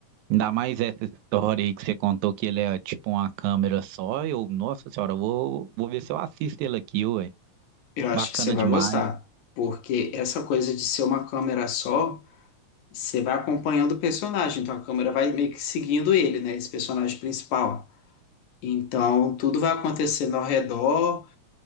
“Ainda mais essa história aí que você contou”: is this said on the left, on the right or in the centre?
Right